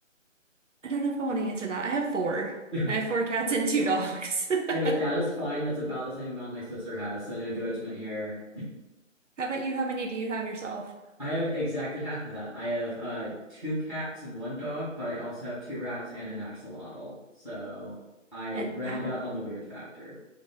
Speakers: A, on the right (about 65°); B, in the centre.
A: <laughs> I don't know if I want to answer that. I have four.
B: <laughs>
A: I have four cats and two dogs. <laughs> How
B: Hey, that is fine. That's about the same amount my sister has, so no judgment here.
A: about you? How many do you have yourself?
B: I have exactly half of that. I have uh two cats and one dog, but I also have two rats and an axolotl. So I
A: An
B: round
A: ac
B: out on the weird factor.